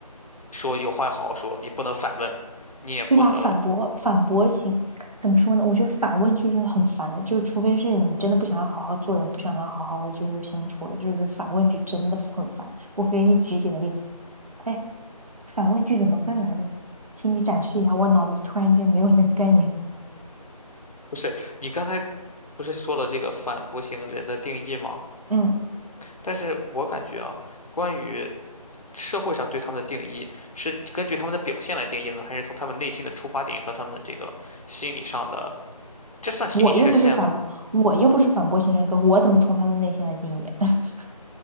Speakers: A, on the left; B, on the right.
A: 说有话要好好说，你不能反问，你也不能
B: 对吧？反驳，反驳型，怎么说呢？我觉得反问句是很烦的，就是除非是你真的不想要好好做人，不想要好好的就是相处，就是反问句真的很烦。我给你举几个例子，哎，反问句怎么问来着？请你展示一下，我脑子突然间没有那个概念。
A: 不是你刚才不是说了这个反驳型人的定义吗？
B: 嗯。
A: 但是我感觉啊，关于社会上对他们的定义，是根据他们的表现来定义呢，还是从他们内心的出发点和他们这个心理上的，这算心理缺陷吗？
B: 我又不是反驳，我又不是反驳型人格，我怎么从他的内心来定义？<laughs>